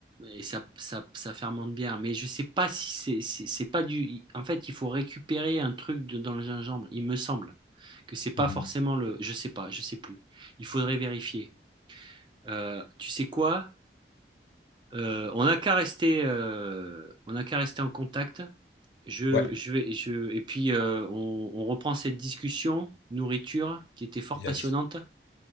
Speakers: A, on the right; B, on the left.
A: et ça, ça, ça fermente bien. Mais je sais pas si c'est, c'est c'est pas du. En fait, il faut récupérer un truc de- dans le gingembre. Il me semble que c'est pas
B: Mhm.
A: forcément le. Je sais pas, je sais plus. Il faudrait vérifier. Euh, tu sais quoi? Euh, on n'a qu'à rester, euh, on n'a qu'à rester en contact. Je,
B: Ouais,
A: je vais, je, et puis euh, on, on reprend cette discussion nourriture qui était fort
B: yes,
A: passionnante